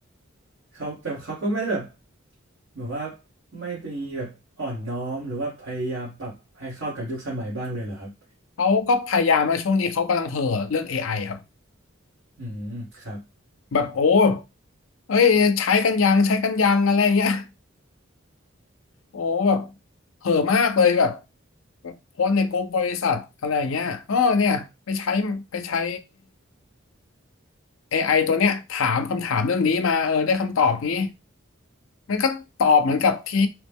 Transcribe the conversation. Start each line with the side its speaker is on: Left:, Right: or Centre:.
Right: เขาแต่เขาก็ไม่ได้แบบเหมือนว่าไม่มีแบบอ่อนน้อมหรือว่าพยายามปรับให้เข้ากับยุคสมัยบ้างเลยเหรอครับ
Left: เขาก็พยายามมาช่วงนี้เขากำลังเห่อเรื่องเอไ i ครับ
Right: อืมครับ
Left: แบบโอ้เอ้ยใช้กันยังใช้กันยังอะไรเงี้ย <laughs> โอ้แบบเห่อะมากเลยแบบโพสต์ในกลุ่มบริษัทอะไรเงี้ยอ๋อเนี่ยไปใช้ไปใช้ AI ตัวเนี้ยถามคำถามเรื่องนี้มาเออได้คำตอบนี้มันก็ตอบเหมือนกับที่